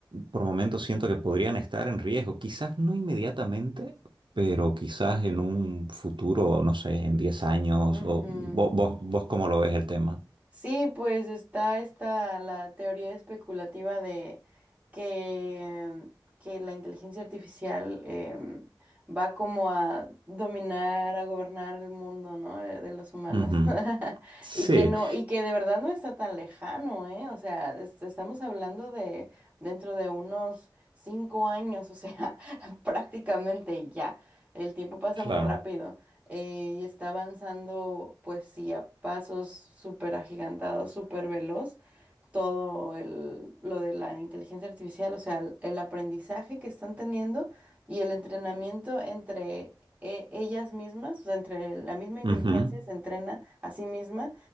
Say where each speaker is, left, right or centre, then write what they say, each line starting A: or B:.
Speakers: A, on the right; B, on the right.
A: por momentos siento que podrían estar en riesgo, quizás no inmediatamente, pero quizás en un futuro, no sé, en diez años,
B: Ujú.
A: o vos, vos, vos cómo lo ves el tema.
B: Sí, pues está esta la teoría especulativa de que, que la inteligencia artificial em, va como a dominar, a gobernar el mundo, ¿no? eh, De los humanos.
A: Ujú.
B: <laughs>
A: Sí,
B: Y que no, y que de verdad no está tan lejano, ¿eh? O sea, es- estamos hablando de dentro de unos cinco años, o sea, <laughs> prácticamente ya. El tiempo pasa
A: claro.
B: muy rápido eh, y está avanzando, pues sí, a pasos súper agigantados, súper veloz. Todo el, lo de la inteligencia artificial, o sea, el, el aprendizaje que están teniendo y el entrenamiento entre e- ellas mismas, o sea, entre la misma inteligencia
A: Ujú.
B: se entrena a sí misma